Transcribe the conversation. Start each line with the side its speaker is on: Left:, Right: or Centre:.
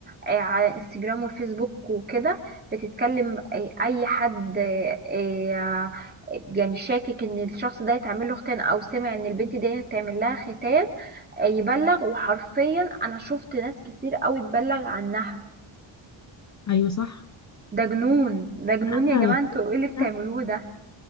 Right: آه، على انستجرام والفيسبوك وكده بتتكلم آه، اي حد آه، آه، يعني شاكك ان الشخص ده يتعمل له ختان او سمع ان البنت دي هتعمل لها ختان يبلغ وحرفيا انا شفت ناس كتير قوي تبلغ عنها
Left: أيوه صح
Right: ده جنون ده جنون
Left: آه
Right: يا جماعة انتوا
Left: في
Right: ايه اللي
Left: دكاترة
Right: بتعملوه ده